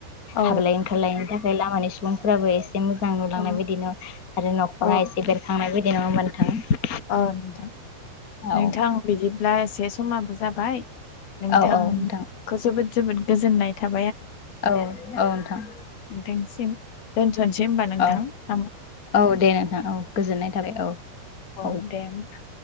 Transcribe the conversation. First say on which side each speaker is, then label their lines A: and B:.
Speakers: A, on the left; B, on the left.
A: औ
B: हाबलाय ओंखारलायनायनि थाखाय लामानि सुबुंफोराबो एसे मोजां नुलांनाय
A: औ
B: बायदि नो आरो न'खरा
A: औ
B: एसे बेरखांनाय बायदि नङा होनबा नोंथां
A: औ नोंथां
B: औ
A: नोंथां बिदिब्ला एसे समाबो जाबाय नोंथांखौ
B: औ औ नोंथां
A: जोबोद जोबोद गोजोननाय थाबा
B: औ औ नोंथां
A: नोंथांसिम दोनथ'नोसै होनबा नोंथां
B: औ
A: नामा?
B: औ दे नोंथां औ गोजोननाय थाबाय औ
A: औ दे होमबा